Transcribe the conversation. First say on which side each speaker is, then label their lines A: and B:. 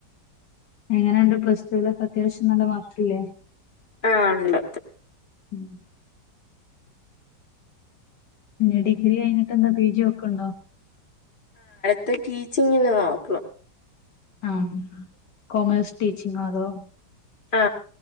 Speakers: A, on the left (about 70°); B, on the left (about 30°).
A: എങ്ങനെയുണ്ട് പ്ലസ് ടുവിലൊക്കെ അത്യാവശ്യം നല്ല മാർക്കില്ലേ
B: ആ ഉണ്ട്
A: ഉം പിന്നെ ഡിഗ്രി കഴിഞ്ഞിട്ട് എന്താ പി ജി ഒക്കെണ്ടോ
B: <unintelligible> ടീച്ചിങ്ങിന് നോക്കണം
A: ആ കോമേഴ്സ് ടീച്ചിങ്ങൊ അതോ
B: ആ